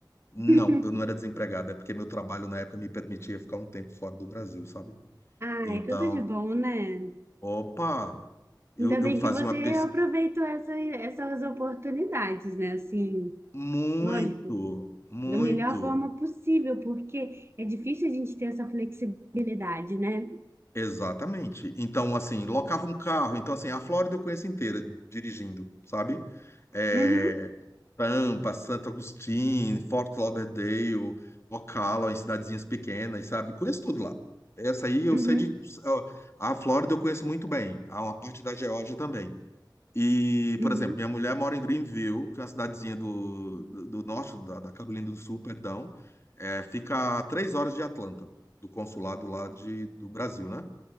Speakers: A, on the left; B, on the right.
A: Não,
B: <laughs>
A: eu não era desempregado, é porque meu trabalho na época me permitia ficar um tempo fora do Brasil, sabe?
B: Ai,
A: Então,
B: tudo de bom, né?
A: opa, eu,
B: Ainda bem
A: eu fazia
B: que você
A: uma pesquisa
B: aproveitou essa, essas oportunidades, né? Assim,
A: muito,
B: lógico.
A: muito,
B: da melhor forma possível, porque é difícil a gente ter essa flexibilidade, né?
A: exatamente. Então, assim, locava um carro. Então, assim, a Flórida eu conheço inteira dirigindo, sabe? É,
B: Uhum,
A: Tampa, Santo Agostinho, Fort Lauderdale, Ocala, em cidadezinhas pequenas, sabe? Conheço tudo lá. Essa aí eu
B: uhum,
A: sei de. A Flórida eu conheço muito bem, a uma parte da Geórgia também. E,
B: uhum,
A: por exemplo, minha mulher mora em Greenville, que é uma cidadezinha do, do, do norte, da, da Carolina do Sul, perdão. É, fica a três horas de Atlanta, do consulado lá de, do Brasil, né?